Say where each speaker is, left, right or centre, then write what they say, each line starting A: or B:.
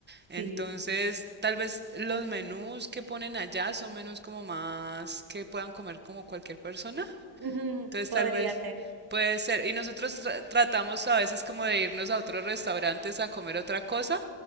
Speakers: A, on the right (about 50°); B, on the right (about 20°).
A: sí.
B: Entonces, tal vez los menús que ponen allá son menús como más que puedan comer como cualquier persona.
A: ujú,
B: Entonces
A: Podría
B: tal vez
A: ser,
B: puede ser. Y nosotros tra- tratamos a veces como de irnos a otros restaurantes a comer otra cosa,